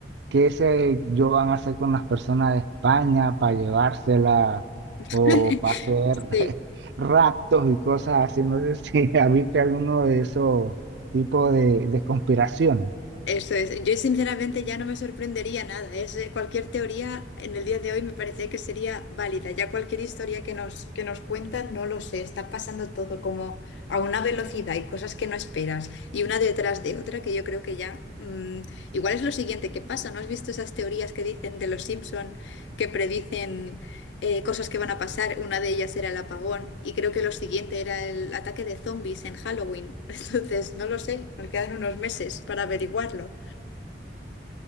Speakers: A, on the right; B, on the left.
A: qué sé yo van a hacer con las personas de España para llevársela o
B: <laughs>
A: para hacer
B: sí.
A: <laughs> raptos y cosas así. No sé si <laughs> habiste alguno de esos tipos de, de conspiraciones.
B: Eso es. Yo sinceramente ya no me sorprendería nada. Es, eh, cualquier teoría en el día de hoy me parece que sería válida. Ya cualquier historia que nos, que nos cuentan, no lo sé. Está pasando todo como a una velocidad y cosas que no esperas. Y una detrás de otra que yo creo que ya... mm, igual es lo siguiente que pasa. ¿No has visto esas teorías que dicen de los Simpson que predicen eh, cosas que van a pasar. Una de ellas era el apagón y creo que lo siguiente era el ataque de zombies en Halloween. <laughs> Entonces, no lo sé, nos quedan unos meses para averiguarlo.